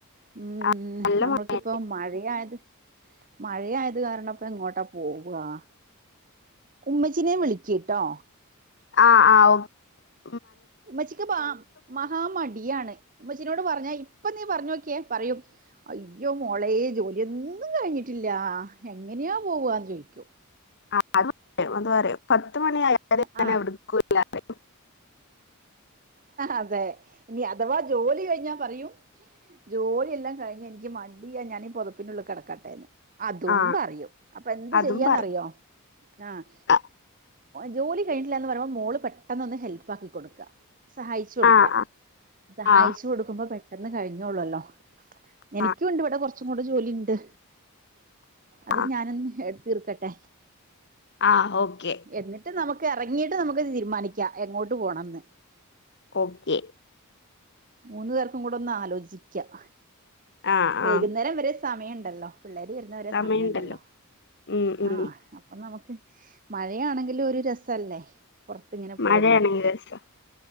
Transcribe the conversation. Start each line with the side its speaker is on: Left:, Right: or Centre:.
Right: ഉം
Left: ആ നല്ല
Right: നമ്മൾക്കിപ്പ
Left: മഴ
Right: മഴയായത് മഴ ആയത് കാരണംപ്പ എങ്ങോട്ടാ പോവുവാ ഉമ്മച്ചിനെ വിളിക്കിട്ടോ
Left: ആഹ് ആഹ് ഓ
Right: ഉമ്മച്ചിക്ക് പ മഹാമടിയാണ് ഉമ്മച്ചീനോട് പറഞ്ഞ ഇപ്പൊ നീ പറഞ്ഞോക്കിയെ പറയും അയ്യോ മോളെ ജോലിയൊന്നും കഴിഞ്ഞിട്ടില്ല ഇല്ല എങ്ങനെയാ പോവാന്ന് ചോയിക്കും
Left: <unintelligible>
Right: ആ അതെ ഇനി അഥവാ ജോലി കഴിഞ്ഞാ പറയും ജോലിയെല്ലാം കഴിഞ്ഞ് എനിക്ക് മടിയാ ഞാനീ പുതപ്പിനുള്ളി കിടക്കട്ടേന്ന് അതും
Left: ആ
Right: പറയും അപ്പൊ എന്ത്
Left: അതും
Right: ചെയ്യാന്നറിയോ
Left: പറയും
Right: ആഹ്
Left: ആ
Right: ജോലി കഴിഞ്ഞിട്ടില്ല എന്ന് പറയുമ്പോ മോള് പെട്ടെന്ന് ഒന്ന് ഹെൽപ്പ് ആക്കി കൊടുക്കുക സഹായിച്ചു കൊടുക്കുക
Left: ആ ആ
Right: സഹായിച്ചു
Left: ആ
Right: കൊടുക്കുമ്പോ പെട്ടെന്ന് കഴിഞ്ഞോള്ളൂല്ലോ എനിക്കും
Left: ആ
Right: ഉണ്ട് ഇവിടെ കുറച്ചും കൂടി ജോലി ഉണ്ട് അത്
Left: ആ
Right: ഞാനൊന്ന് എടുത്തീർക്കട്ടെ
Left: ആ ഓക്കെ
Right: എന്നിട്ട് നമുക്ക് ഇറങ്ങി ഇങ്ങീട്ട് നമുക്ക് തീരുമാനിക്കാം എങ്ങോട്ട് പോണംന്ന്
Left: ഓക്കെ
Right: മൂന്നു പേർക്കും കൂടെ ഒന്ന് ആലോചിക്കാം
Left: ആ
Right: വൈകുന്നേരം
Left: ആ
Right: വരെ സമയം ഉണ്ടല്ലോ പിള്ളേര് വരുന്നവരെ
Left: സമയമുണ്ടല്ലോ
Right: സമയുണ്ടല്ലോ
Left: ഉം ഉം
Right: ആ അപ്പൊ നമുക്ക് മഴയാണെങ്കിലും ഒരു രസല്ലേ പുറത്തിങ്ങനെ പോകുന്നെ
Left: മഴയാണെങ്കിൽ രസാ